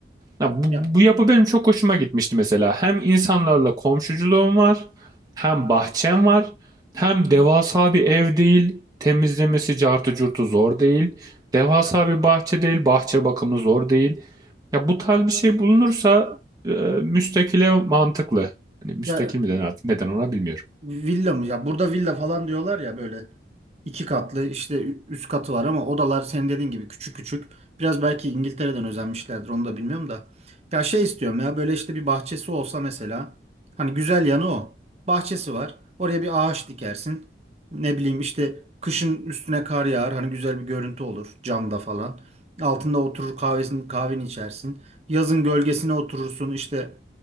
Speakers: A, on the right; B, on the right.
A: Ya bu,
B: Ya,
A: bu yapı benim çok hoşuma gitmişti mesela. Hem insanlarla komşuculuğum var, hem bahçem var, hem devasa bir ev değil, temizlemesi cartı curtu zor değil, devasa bir bahçe değil, bahçe bakımı zor değil. Ya bu tarz bir şey bulunursa e, müstakile mantıklı. Hani müstakil
B: ya
A: mi denir artık neden ona bilmiyorum.
B: Villa mı? Ya burada villa falan diyorlar ya böyle iki katlı işte ü- üst katı var ama odalar senin dediğin gibi küçük küçük. Biraz belki İngiltere'den özenmişlerdir onu da bilmiyorum da. Ya şey istiyorum ya böyle işte bir bahçesi olsa mesela. Hani güzel yanı o. Bahçesi var. Oraya bir ağaç dikersin. Ne bileyim işte kışın üstüne kar yağar. Hani güzel bir görüntü olur camda falan. Altında oturur kahvesini kahveni içersin. Yazın gölgesine oturursun işte